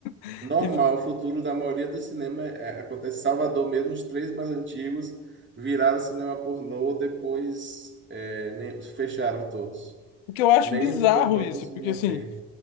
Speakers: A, on the left; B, on the right.
A: <laughs>
B: Normal,
A: E,
B: o futuro da maioria do cinema é- é, acontece em Salvador mesmo, os três mais antigos viraram cinema pornô, depois é, nem- fecharam todos.
A: o que eu acho
B: Nem
A: bizarro
B: o pornô
A: isso,
B: conseguiu
A: porque
B: manter.
A: assim,